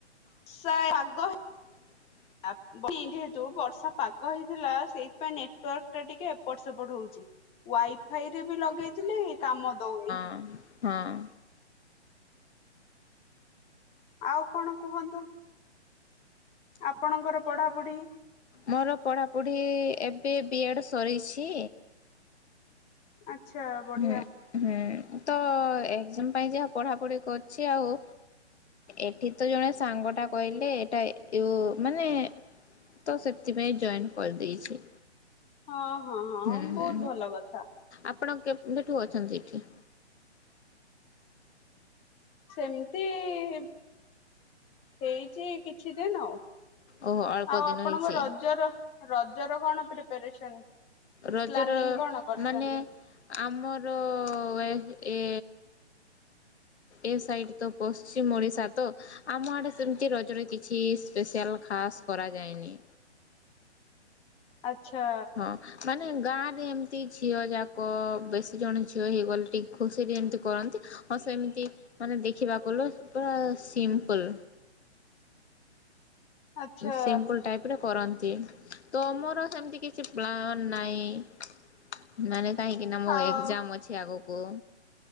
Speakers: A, on the left; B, on the left.
A: ସ ଆଗ
B: ହ <inaudible>
A: ଆପ୍ ଯେହେତୁ ବର୍ଷା ପାଗ ହେଇଥିଲା ସେଇଥିପାଇଁ ନେଟୱାର୍କଟା ଟିକେ ଏପଟ ସେପଟ ହୋଉଚି। ୱାଇଫାଇରେ ବି ଲଗେଇଥିଲି କାମ ଦୋଉନି।
B: ଅଁମ୍ ହଁ।
A: ଆଉ କଣ କୁହନ୍ତୁ? ଆପଣଙ୍କର ପଢାପୁଢ଼ି
B: ମୋର ପଢ଼ାପୁଢ଼ି ଏବେ ବି ଏଡ଼୍ ସରିଛି
A: ଆଛା ବଢିଆ।
B: ହୁଁ ହୁଁ ତ ଏଗଜାମା ପାଇଁ ଯାହା ପଢାପଢି କରଛି ଆଉ ଏଠି ତ ଜଣେ ସାଙ୍ଗଟା କହିଲେ ଏଟା ୟୁ ମାନେ ତ ସେଥିପାଇଁ ଜଏନ୍ କରିଦେଇଛି।
A: ହଁ ହଁ ହଁ
B: ହୁଁ ହୁଁ
A: ବୋହୁତ ଭଲ କଥା।
B: ଆପଣ କେବେଠୁ ଅଛନ୍ତି ଏଠି?
A: ସେମତି ଏ ହେଇଚି ଏଇ କିଛି ଦିନ ଆଉ।
B: ଓହୋ ଅଳ୍ପ
A: ଆଉ
B: ଦିନ
A: ଆପଣଙ୍କ
B: ହେଇଛି
A: ରଜର ରଜର କଣ ପ୍ରିପାରେସନ?
B: ରଜର
A: ପ୍ଲାନିଂ କଣ କରିଛନ୍ତି?
B: ମାନେ ଆମର ଏହ୍ ଏ ଏ ସାଇଡ ତ ପଶ୍ଚିମ ଓଡିଶା ତ ଆମ ଆଡ଼େ ସେମତି ରଜରେ କିଛି ସ୍ପେଶିଆଲ ଖାସ୍ କରାଯାଏନି।
A: ଆଚ୍ଛା
B: ହ ମାନେ ଗାଁରେ ଏମତି ଝିଅଯାକ ବେଶୀ ଜଣ ଝିଅ ହେଇଗଲେ ଟିକ୍ ଖୁସିରେ ଏମତି କରନ୍ତି ଆଉ ସେମିତି ମାନେ ଦେଖିବାକୁ ଲୁ ପୁରା ସିମ୍ପୁଲ।
A: ଆଚ୍ଛା
B: ସିମ୍ପୁଲ ଟାଇପର କରନ୍ତି ତମର ସେମତି କି କିଛି ପ୍ଲାନ ନାହିଁ ମାନେ କାହିଁକିନା ମୋ
A: ଆଉ
B: ଏଗଜାମ ଅଛି ଆଗକୁ।